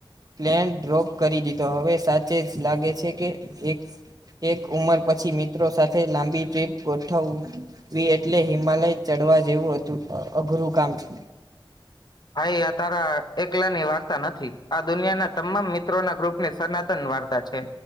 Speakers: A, on the right (about 45°); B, on the left (about 50°).
A: પ્લેન ડ્રોપ કરી દીધો હવે સાચે જ લાગે છે કે એક એક ઉંમર પછી મિત્રો સાથે લાંબી ટ્રીપ ગોઠવવી એટલે હિમાલય ચડવા જેવું અઘરું કામ છે
B: હાઈ આ તાર એકલા ની વાર્તા નથી આ દુનિયાના તમામ મિત્રોના ગ્રુપની સનાતન વાર્તા છે